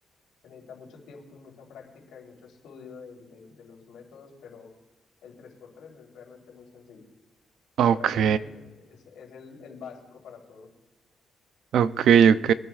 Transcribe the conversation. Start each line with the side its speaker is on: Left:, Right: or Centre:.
Left: se necesita mucho tiempo y mucha práctica y mucho estudio de, de, de los métodos, pero el tres por tres es realmente muy sencillo.
Right: Ok.
Left: Por algo es el, es, es el, el básico para todo
Right: Ok, ok.